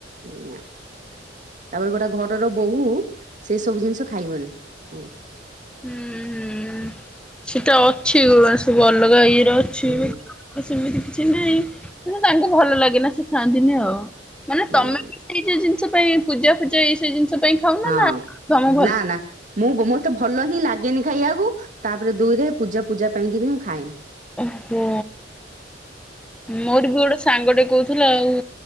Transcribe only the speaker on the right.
ନା। ତାପରେ ଗୋଟେ ଘରର ବୋହୂ ସେ ସବୁ ଜିନିଷ ଖାଇବନି ଆମର
ହୁଁ
ହୁଁ।
ହଁ
ନା ନା ମୁଁ ମତେ ଭଲ ହିଁ ଲାଗେ। ଚିକେନ ଖାଇବାକୁ ତାପରେ ଦୁଇରେ ପୂଜା ପୂଜା ପାଇଁକି ବି ମୁଁ ଖାଏନି।